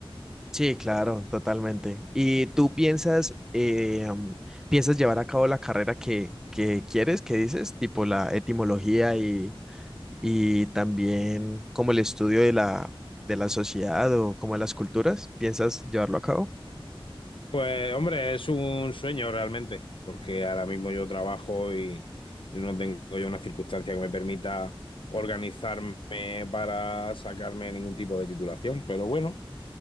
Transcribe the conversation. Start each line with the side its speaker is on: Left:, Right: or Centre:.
Centre: Sí, claro, totalmente. ¿Y tú piensas, eh, am, piensas llevar a cabo la carrera que, que quieres, que dices, tipo la etimología y, y también como el estudio de la, de la sociedad o como de las culturas? ¿Piensas llevarlo a cabo?
Left: Pues hombre, es un sueño realmente, porque ahora mismo yo trabajo y no tengo yo una circunstancia que me permita organizarme para sacarme ningún tipo de titulación, pero bueno.